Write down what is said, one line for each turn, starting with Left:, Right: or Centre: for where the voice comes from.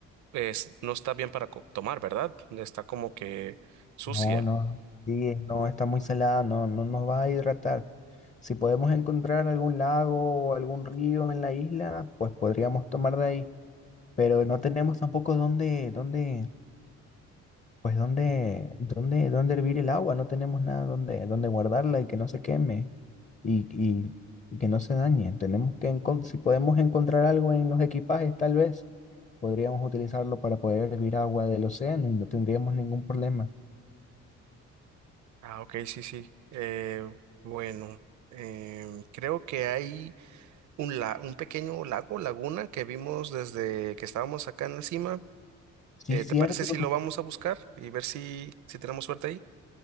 Right: es- no está bien para co- tomar, ¿verdad? Está como que sucia.
Left: No, no, sí, no, está muy salada, no, no nos va a hidratar. Si podemos encontrar algún lago o algún río en la isla, pues podríamos tomar de ahí, pero no tenemos tampoco dónde, dónde, pues dónde, dónde, dónde hervir el agua, no tenemos nada donde, donde guardarla y que no se queme. y, y- y que no se dañe. Tenemos que, encon- si podemos encontrar algo en los equipajes, tal vez podríamos utilizarlo para poder hervir agua del océano y no tendríamos ningún problema.
Right: Ah, ok, sí, sí. Eh, bueno, em, creo que hay un, la- un pequeño lago, laguna, que vimos desde que estábamos acá en encima.
Left: Sí,
Right: Eh,
Left: cierto.
Right: ¿te parece si lo vamos a buscar y ver si, si tenemos suerte ahí?